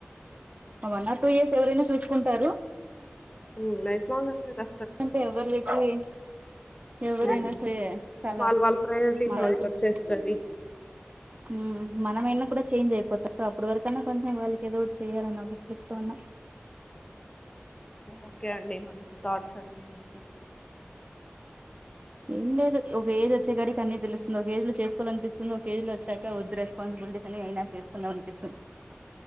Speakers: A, on the right; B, on the left.
A: అవ్అన్న ఏస్ ఎవరైనా చూసుకుంటారు
B: ఊ లైఫ్లాంగ్ అంతే గా
A: అంతేగా ఎవరు వచ్చిన ఏం ఎవరైనా
B: ఉమ్,
A: సరే చాలా
B: వాళ్ళ వాళ్ళ ప్రయారిటీస్
A: మారాల్సి
B: వాళ్ళకి
A: వస్తుంది
B: వచ్చేస్తది
A: హమ్ మనము వున్నప్పుడే చేంజ్ అయిపోతారు సో అప్పటి వరకన్నా కొంచెం వాళ్ళకి ఏదో ఒకటి చేయాలని చెప్తన్నా
B: ఓకే అండి మంచి థాట్స్ అండి మీకు
A: ఏం లేదు ఓ వేరు వచ్చేగాడికి అన్నీ తెలుస్తుంది ఒక ఏజ్ లో చేస్కోవలనిపిస్తుంది ఒక ఏజ్ లో వచ్చాక వద్దు రెస్పాన్సిబిలిటీస్ అని అయినా చేసుకుందం అనిపిస్తుంది